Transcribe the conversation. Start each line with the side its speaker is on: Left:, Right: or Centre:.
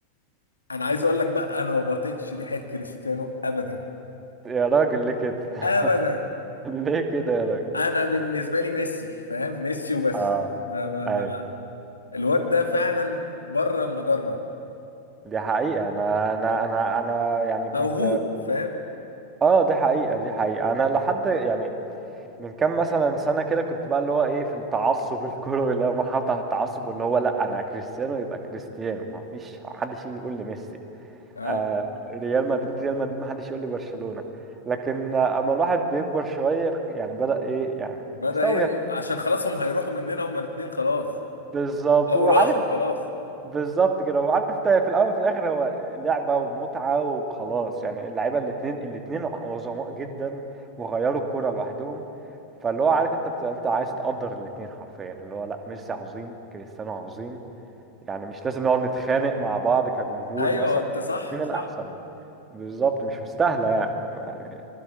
Left: أنا عايز أقول لك بقى أنا ما بطيقش ريحة كريستيانو أبدا
Right: يا راجل ليه كده
Left: أبدا
Right: <laughs> ليه كده يا راجل
Left: انا بالنسبه لي ميسي فاهم ميسي وبس
Right: اه
Left: ما ما
Right: ايوه
Left: ما الواد ده فعلا بره المجره
Right: دي حقيقة انا انا انا انا يعني كنت
Left: موهوب فاهم
Right: اه دي حقيقة دي حقيقة انا لحد يعني من كام مثلا سنة كده كنت بقى اللي هو ايه في التعصب <laughs> الكروي اللي هو مرحلة بتاعة التعصب واللي هو لا انا كريستيانو يبقى كريستيانو ما فيش حد يجي يقول لي ميسي
Left: اه
Right: آه، ريال مدريد ريال مدريد ما حدش يقول لي برشلونة لكن آه، اما الواحد بيكبر شوية يعني بدأ ايه يعني
Left: بدأ
Right: يستوعب
Left: ايه عشان خلاص هم هيروحوا مننا هم الاثنين خلاص
Right: بالظبط
Left: او
Right: وعارف
Left: راحوا خلاص
Right: بالظبط كده وعارف انت في الاول وفي الاخر هو لعبة ومتعة وخلاص يعني اللعيبة الاتنين الاتنين عظماء جدا وغيروا الكرة لوحدهم فاللي هو عارف انت بتبقى انت عايز تقدر الاتنين حرفيا اللي هو لا ميسي عظيم كريستيانو عظيم يعني مش لازم نقعد نتخانق مع بعض كجمهور
Left: ايوه
Right: مثلا
Left: انت صح
Right: مين الأحسن
Left: صح
Right: بالظبط مش مستاهلة يعني يعني